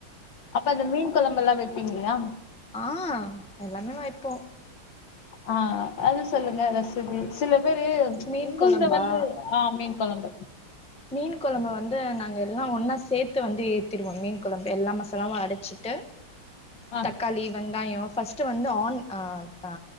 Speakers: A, on the left; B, in the centre.
A: அப்ப அந்த மீன் கொழம்புல்லா வெப்பீங்களா
B: ஆ எல்லாமே வைப்போ
A: ஆ அது சொல்லுங்க ரெசிபி சில பேரு
B: மீன்
A: உங்கள்த
B: கொழம்பா
A: வந்து ஆ மீன் கொழம்பு
B: மீன் கொழம்ப வந்து நாங்க எல்லா ஒன்னா சேத்து வந்து ஏத்திருவோ மீன் கொழம்பு எல்லா மசாலாவு அரச்சிட்டு
A: ஆ
B: தக்காளி வெங்காயோ ஃபஸ் ட்டு வந்து ஆன் ஆ ஆ